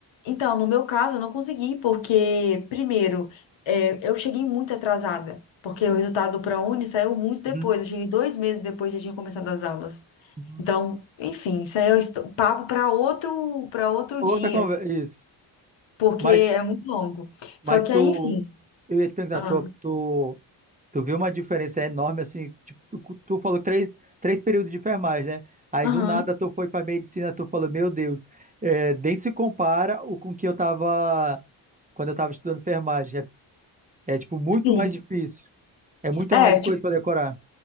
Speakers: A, on the left; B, on the right.
A: então, no meu caso, eu não consegui, porque, primeiro, é, eu cheguei muito atrasada, porque o resultado do ProUni saiu muito depois.
B: Uhum.
A: Eu cheguei dois meses depois já tinha começado as aulas.
B: Uhum.
A: Então, enfim, isso aí é esto- papo para outro, para outro
B: Outra
A: dia,
B: conversa, isso.
A: porque
B: Mas,
A: é muito longo. Só
B: mas
A: que
B: tu,
A: aí, enfim.
B: eu ia te perguntar,
A: Ah,
B: tu, tu Tu viu uma diferença enorme, assim, tipo, tu falou três, três períodos de enfermagem, né? Aí
A: aham,
B: do nada tu foi pra medicina, tu falou, meu Deus, é, nem se compara o com que eu tava quando eu tava estudando enfermagem. É, é, tipo muito
A: sim.
B: mais difícil, é muita
A: É,
B: mais coisa pra decorar.